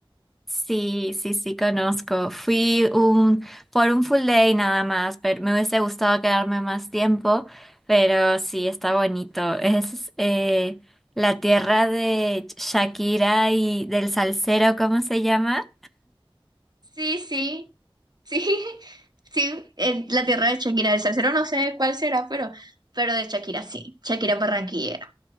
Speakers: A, in the centre; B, on the right (about 50°).
A: Sí, sí, sí, conozco. Fui un, por un full day nada más, pero me hubiese gustado quedarme más tiempo, pero sí, está bonito. Es eh, la tierra de Shakira y del salsero, ¿cómo se llama?
B: Sí, sí, sí, <laughs> sí, eh, la tierra de Shakira, el salsero no sé cuál será, pero, pero de Shakira sí, Shakira es barranquillera.